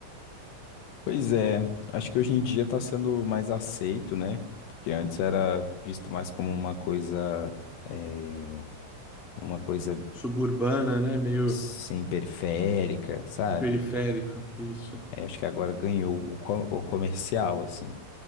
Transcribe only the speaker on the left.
Pois é, acho que hoje em dia tá sendo mais aceito, né? Porque antes era visto mais como uma coisa. eh, uma coisa
sem periférica, sabe?
Aí acho que agora ganhou o, co- o comercial, assim.